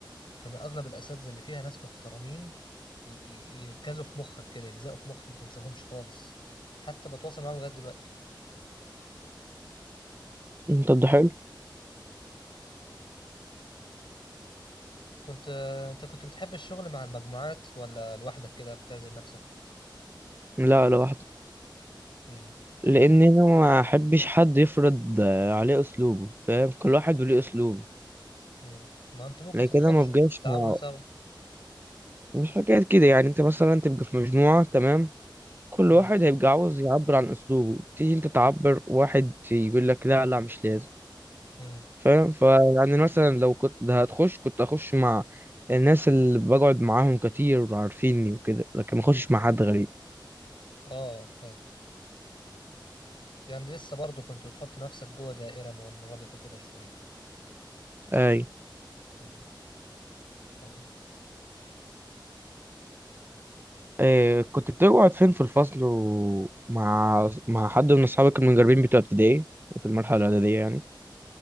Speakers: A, on the left; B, on the right.
A: كانوا أغلب الأساتذة اللي فيها ناس محترمين ي... ي... يركزوا في مخك كده يلزقوا في مخك ما تنساهمش خالص حتى بتواصل معاهم لغاية دلوقتي
B: أنت ده حلو
A: كنت آه، انت كنت بتحب الشغل مع المجموعات ولا لوحدك كده بتعزل نفسك
B: لا لوحده
A: امم
B: لأن أنا ما أحبش حد يفرض آه، عليه أسلوبه فاهم كل واحد وليه أسلوبه
A: امم ما انتوا ممكن
B: لكن
A: تتناقشوا
B: كده ما بقاش
A: تتعاونوا
B: مع
A: سوا
B: مش حكاية كده يعني أنت مثلا تبقى في مجموعة تمام كل
A: امم
B: واحد هيبقى عاوز يعبر عن اسلوبه تيجي انت تعبر واحد يقول لك لا لا مش لازم
A: امم
B: فاهم فيعني مثلا لو كنت ده هتخش كنت هخش مع الناس اللي بقعد معاهم كتير وعارفيني وكده لكن ما اخشش مع حد غريب
A: اه فاهم يعني لسه برضو كنت بتحط نفسك جوه دائرة منغلقة كده شوية
B: اي
A: امم تمام
B: آه كنت بتقعد فين في الفصل ومع مع حد من اصحابك المجربين بتوع ابتدائي في المرحله الاعداديه يعني